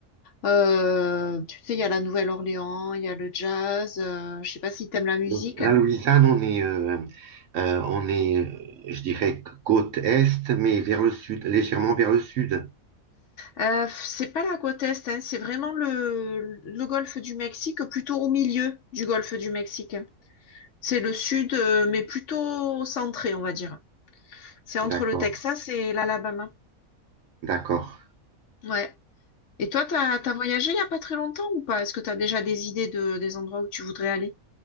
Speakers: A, on the left; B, on the right.
A: Euh, tu sais il y a la Nouvelle-Orléans, il y a le jazz. euh, je sais pas si t'aimes la musique.
B: Donc, la Louisiane, on est, euh, euh, on est, euh, je dirais, côte est, mais vers le sud, légèrement vers le sud.
A: Euh, c'est pas la côte est, hein, c'est vraiment le, le golfe du Mexique, plutôt au milieu du golfe du Mexique. C'est le sud, euh, mais plutôt centré, on va dire. C'est entre
B: D'accord,
A: le Texas et l'Alabama.
B: d'accord.
A: Ouais. Et toi, t'as, t'as voyagé il y a pas très longtemps ou pas? Est-ce que t'as déjà des idées de, des endroits où tu voudrais aller?